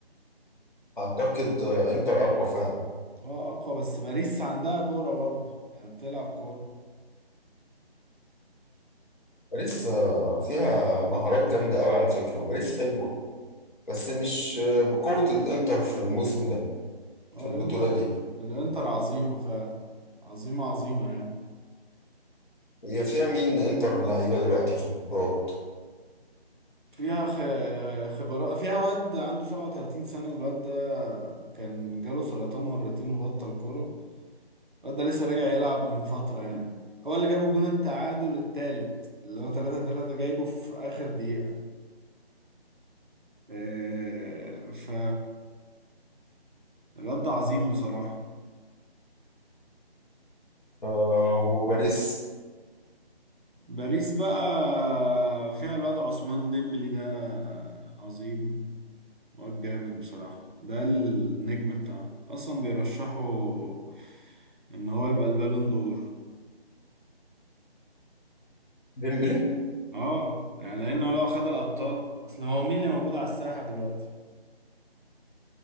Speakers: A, on the left; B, on the right.
A: اعتقد آه، انتر اقوى فعلا
B: اه اقوى بس باريس عندها كورة برضه يعني بتلعب كورة
A: باريس آه، فيها مهارات جامدة قوي على فكرة وباريس حلوة بس مش آه، بقوة الإنتر في الموسم ده
B: اه
A: في البطولة
B: الانتر
A: دي
B: الانتر عظيمة فعلا عظيمة عظيمة يعني
A: هي فيها مين إنتر لعيبة دلوقتي خبرات
B: فيها خ- خبرات فيها واد عنده 37 سنة الواد ده كان جاله سرطان مرتين وبطل كورة الواد ده لسه راجع يلعب من فترة يعني هو اللي جاب الجون التعادل التالت اللي هو 3 3 جايبه في آخر دقيقة آه، ف الواد ده عظيم بصراحة
A: آه، وباريس
B: باريس بقى فيها الواد عثمان ديمبلي ده عظيم واد جامد بصراحة ده النجم بتاعه أصلا بيرشحوا إن هو يبقى البالون دور
A: ديمبلي
B: اه يعني لأنه لو خد الأبطال أصل هو مين اللي موجود على الساحة دلوقتي